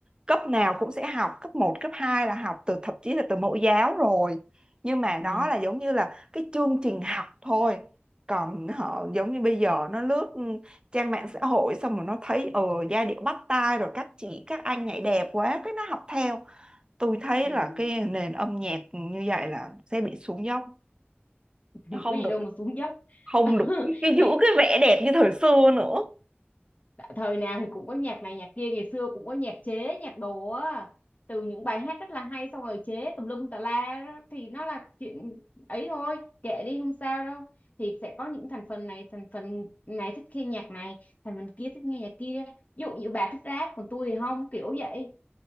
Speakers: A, on the right (about 20°); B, on the left (about 40°).
A: cấp nào cũng sẽ học cấp một cấp 2 là học từ thậm chí là từ mẫu giáo rồi nhưng mà
B: Ừ,
A: đó là giống như là cái chương trình học thôi còn họ giống như bây giờ nó lướt trang mạng xã hội xong rồi nó thấy ờ giai điệu bắt tai rồi các chị các anh nhảy đẹp quá cái nó học theo tôi thấy
B: ừ.
A: là cái nền âm nhạc như vậy là sẽ bị xuống dốc
B: <laughs>
A: nó không
B: Có gì
A: được
B: đâu mà xuống dốc.
A: không
B: <laughs>
A: được cái, cái giữ
B: Thì
A: cái vẻ đẹp như thời xưa nữa
B: thời nào thì cũng có nhạc này nhạc kia, ngày xưa cũng có nhạc chế, nhạc đồ á. Từ những bài hát rất là hay xong rồi chế tùm lum tà la đó, thì nó là chuyện ấy thôi, kệ đi không sao đâu. Thì sẽ có những thành phần này, thành phần này thích nghe nhạc này, thành phần kia thích nghe nhạc kia. Ví dụ như bà thích rap còn tôi thì không, kiểu vậy.